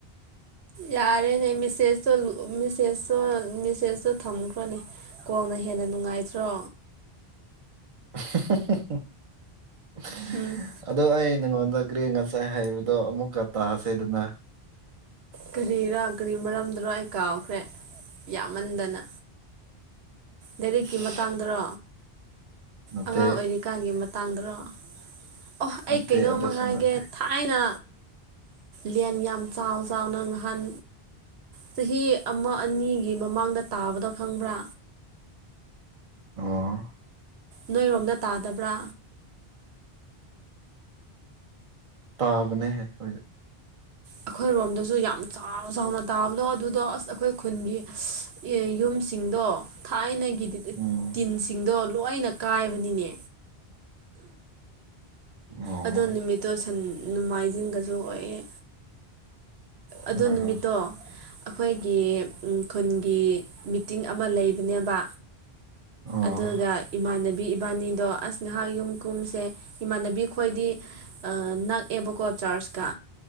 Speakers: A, on the right; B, on the right.
A: ꯌꯥꯔꯦꯅꯦ ꯃꯦꯁꯦꯖꯇꯣ ꯃꯦꯁꯦꯖꯇꯣ ꯃꯦꯁꯦꯖꯇꯣ ꯊꯝꯈ꯭ꯔꯣꯅꯦ ꯀꯣꯟꯅ ꯍꯦꯟꯅ ꯅꯨꯡꯉꯥꯏꯇ꯭ꯔꯣ
B: <unintelligible>
A: ꯎꯝ
B: ꯑꯗꯣ ꯑꯩ ꯅꯉꯣꯟꯗ ꯒꯔꯤ ꯉꯁꯥꯏ ꯍꯥꯏꯩꯕꯗꯣ ꯑꯃꯨꯛꯀ ꯇꯥꯁꯦ ꯑꯗꯨꯅ
A: ꯀꯔꯤꯔꯣ ꯀꯔꯤ ꯃꯔꯝꯗꯔꯣ ꯑꯩ ꯀꯥꯎꯈ꯭ꯔꯦ ꯌꯥꯝꯃꯟꯗꯅ ꯂꯗꯥꯏꯔꯤꯛꯀꯤ
B: ꯏꯁ
A: ꯃꯇꯥꯡꯗꯔꯣ
B: ꯅꯠꯇꯦ
A: ꯑꯉꯥꯡ ꯑꯣꯏꯔꯤꯀꯥꯟꯒꯤ ꯇꯥꯡꯗ꯭ꯔꯣ ꯑꯣ ꯑꯩ
B: ꯅꯠꯇꯦ
A: ꯀꯩꯅꯣꯝꯃ
B: ꯑꯗꯨꯁꯨ
A: ꯍꯥꯏꯒꯦ
B: ꯅꯠꯇꯦ
A: ꯊꯥꯏꯅ ꯂꯦꯟ ꯌꯥꯝ ꯆꯥꯎ ꯆꯥꯎꯅ ꯉꯍꯥꯟ ꯆꯍꯤ ꯑꯃ ꯑꯅꯤꯒꯤ ꯃꯃꯥꯡꯗ ꯇꯥꯕꯗꯣ ꯈꯪꯕ꯭ꯔꯥ
B: ꯑꯣ
A: ꯅꯣꯏꯔꯣꯝꯗ ꯇꯥꯗꯕ꯭ꯔꯥ
B: ꯇꯥꯕꯅꯦ ꯍꯥꯏ ꯑꯩꯈꯣꯏꯗ
A: ꯑꯩꯈꯣꯏꯔꯣꯝꯗꯁꯨ ꯌꯥꯝ ꯆꯥꯎ ꯆꯥꯎꯅ ꯇꯥꯕꯗꯣ ꯑꯗꯨꯗꯣ ꯑꯁ ꯑꯩꯈꯣꯏ ꯈꯨꯟꯒꯤ ꯌꯨꯝꯁꯤꯡꯗꯣ ꯊꯥꯏꯅꯒꯤꯗꯤ
B: ꯎꯝ
A: ꯇꯤꯟꯁꯤꯡꯗꯣ ꯂꯣꯏꯅ ꯀꯥꯏꯕꯅꯤꯅꯦ
B: ꯑꯣ
A: ꯑꯗꯣ ꯅꯨꯃꯤꯠꯇꯣ ꯁꯟ ꯅꯣꯡꯃꯥꯏꯖꯤꯡꯒꯁꯨ ꯑꯣꯏꯑꯦ ꯑꯗꯨ
B: ꯍꯣꯏ
A: ꯅꯨꯃꯤꯠꯇꯣ
B: ꯍꯣꯏ
A: ꯑꯩꯈꯣꯏꯒꯤ ꯈꯨꯟꯒꯤ ꯃꯤꯇꯤꯡ ꯑꯃ ꯂꯩꯕꯅꯦꯕ
B: ꯑꯣ
A: ꯑꯗꯨꯒ ꯏꯃꯥꯟꯅꯕꯤ ꯏꯕꯥꯅꯤꯗꯣ ꯑꯁ ꯅꯍꯥꯛ ꯌꯨꯝ ꯀꯨꯝꯁꯦ ꯏꯃꯥꯟꯅꯕꯤ ꯈꯣꯏꯗꯤ ꯅꯛꯑꯦꯕꯀꯣ ꯆꯥꯔꯖꯀ